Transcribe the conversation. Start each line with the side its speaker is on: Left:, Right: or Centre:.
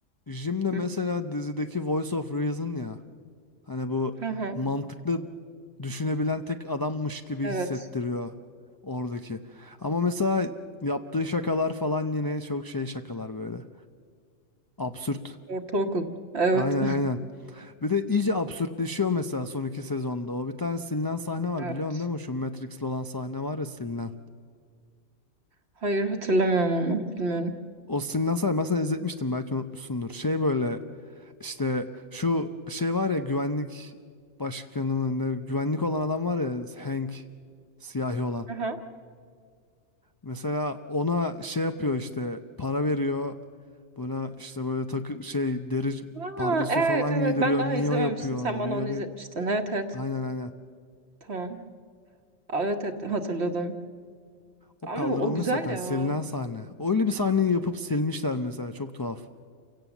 Left: Jim'de mesela
Right: Hı.
Left: dizideki Voice of Reason ya. Hani bu
Right: Aha,
Left: mantıklı düşünebilen tek adammış gibi
Right: evet.
Left: hissettiriyor oradaki. Ama mesela yaptığı şakalar falan yine çok şey şakalar böyle. Absürt.
Right: Ortaokul. Evet.
Left: Aynen aynen. Bir de iyice absürtleşiyor mesela son iki sezonda. O bir tane silinen sahne var
Right: <laughs>
Left: biliyorsun değil
Right: Evet.
Left: mi? Şu Matrix'li olan sahne var ya silinen.
Right: Hayır hatırlamıyorum ama bilmiyorum.
Left: Austin Lancer ben sana izletmiştim belki unutmuşsundur. Şey böyle işte şu şey var ya güvenlik başkanı mı ne, güvenlik olan adam var ya Hank siyahi olan.
Right: Aha.
Left: Mesela ona şey yapıyor işte para veriyor. Buna işte böyle takı şey deri
Right: Aa,
Left: pardesü
Right: evet
Left: falan
Right: evet
Left: giydiriyor.
Right: ben daha
Left: Neo
Right: izlememiştim.
Left: yapıyor
Right: Sen
Left: onu.
Right: bana
Left: Neo
Right: onu
Left: değil.
Right: izletmiştin. Evet evet
Left: Aynen aynen.
Right: tamam. Aa, Evet evet hatırladım.
Left: O
Right: Ama
Left: kaldırılmış
Right: o güzel
Left: zaten
Right: ya.
Left: silinen sahne. Öyle bir sahneyi yapıp silmişler mesela çok tuhaf.